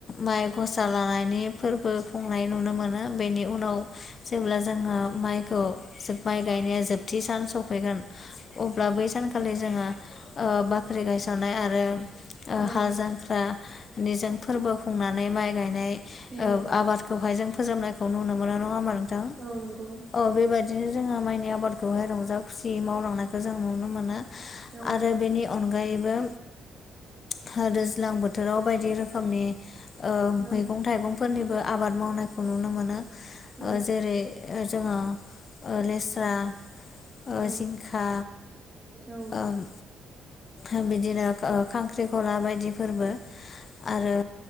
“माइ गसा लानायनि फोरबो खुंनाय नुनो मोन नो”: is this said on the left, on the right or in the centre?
Left